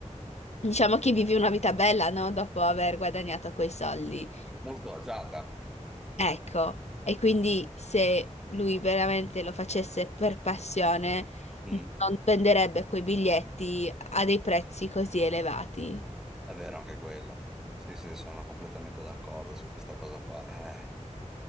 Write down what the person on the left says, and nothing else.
diciamo che vivi una vita bella, no? Dopo aver guadagnato quei soldi.
Ecco, e quindi se lui veramente lo facesse per passione,
non venderebbe quei biglietti a dei prezzi così elevati.